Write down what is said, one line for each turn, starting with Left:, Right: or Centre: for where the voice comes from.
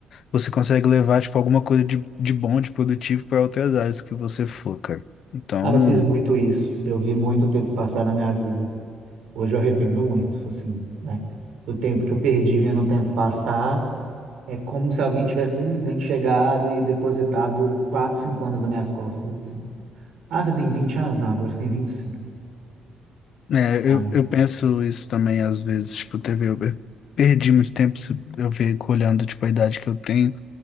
Left: você consegue levar, tipo, alguma coisa de, de bom, de produtivo para outras áreas que você for, cara. Então,
Right: Cara, eu fiz muito isso. Eu vi muito tempo passar na minha vida. Hoje eu arrependo muito, assim, né? O tempo que eu perdi vendo o tempo passar. É como se alguém tivesse simplesmente chegado e depositado 4, 5 anos nas minhas costas, assim. Ah, você tem 20 anos? Não, agora você tem vinte e cinco.
Left: é,
Right: Ai,
Left: eu, eu penso isso também às vezes, tipo, teve, eu, eu perdi muito tempo, se- eu fico olhando, tipo, a idade que eu tenho.